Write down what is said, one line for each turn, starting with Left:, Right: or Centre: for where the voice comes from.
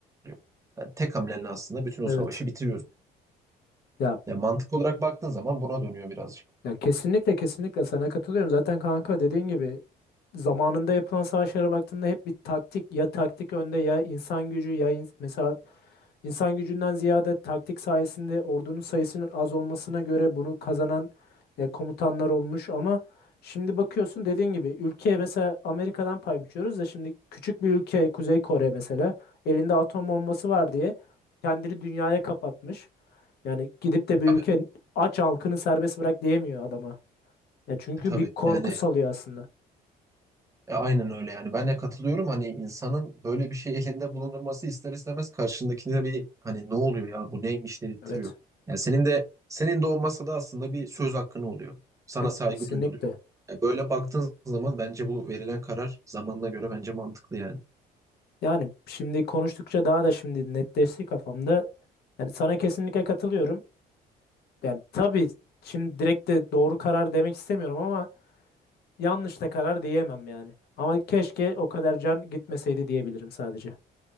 Right: oluyor. Yani tek hamlenle aslında bütün o
Left: Evet.
Right: savaşı bitiriyorsun.
Left: Ya
Right: Yani mantık olarak baktığın zaman buna dönüyor birazcık.
Left: ya kesinlikle kesinlikle sana katılıyorum. Zaten kanka dediğin gibi zamanında yapılan savaşlara baktığında hep bir taktik ya taktik önde ya insan gücü ya ins- mesela insan gücünden ziyade taktik sayesinde ordunun sayısının az olmasına göre bunu kazanan e, komutanlar olmuş ama şimdi bakıyorsun dediğin gibi ülkeye mesela Amerika'dan pay biçiyoruz da şimdi küçük bir ülke Kuzey Kore mesela elinde atom bombası var diye kendini dünyaya kapatmış. Yani gidip de
Right: E, Tabii,
Left: bir ülke aç halkını serbest bırak diyemiyor adama. Ya çünkü
Right: e, tabii.
Left: bir korku
Right: Yani
Left: salıyor aslında.
Right: e, aynen öyle yani. Ben de katılıyorum. Hani insanın böyle bir şey elinde bulundurması ister istemez karşındakine bir hani ne oluyor ya bu neymiş dedirtiyor.
Left: Evet.
Right: Yani senin de senin de olmasa da aslında bir söz hakkın oluyor. Sana
Left: Ya
Right: saygı
Left: kesinlikle.
Right: duyuluyor. E, böyle baktığın zaman bence bu verilen karar zamanına göre bence mantıklı yani.
Left: Yani şimdi konuştukça daha da şimdi netleşti kafamda. Yani sana kesinlikle katılıyorum. Yani tabii şimdi direkt de doğru karar demek istemiyorum ama yanlış da karar diyemem yani. Ama keşke o kadar can gitmeseydi diyebilirim sadece.